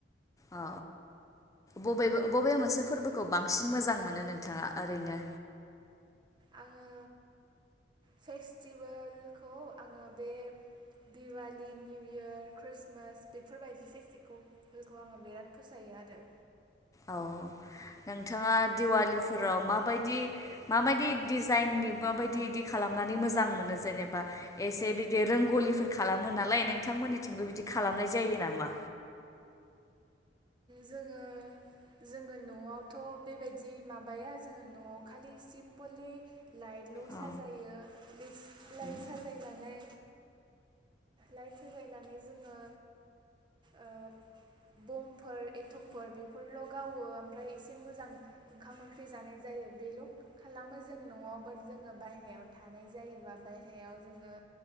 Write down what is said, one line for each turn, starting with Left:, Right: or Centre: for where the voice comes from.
Left: औ बबे बबे मोनसे फोरबोखौ बांसिन मोजां मोनो नोंथाङा ओरैनो
Right: आङो फेस्टिभेलखौ आङो बे दिवालि निउ इयार ख्रिस्टमास बेफोरबायदि फेस्टिभेलखौ आङो बिराद फसायो आरो
Left: औ नोंथाङा दिवालिफोराव माबायदि माबायदि डिजाइननि माबायदि इदि खालामनानै मोजां मोनो जेनेबा एसे बिदि रांगलिफोर खालामो नालाय नोंथांमोननिथिंबो बिदि खालामनाय जायो नामा?
Right: जोङो जोङो न'आवथ' बेबायदि माबाया जोङो न'आव खालि सिम्पोलै लाइटल'
Left: औ
Right: साजायो बे लाइट
Left: उम
Right: साजायनानै लाइट होलायनानै जोङो ओ बमफोर एथमफोर बेफोरल' गावो ओमफ्राय एसे एसे मोजां ओंखाम ओं ख्रिजानाय जायो बेल' खालामो जों न'आव बाट जोङो बायहेरायाव थानाय जायोबा बायहायाव जोङो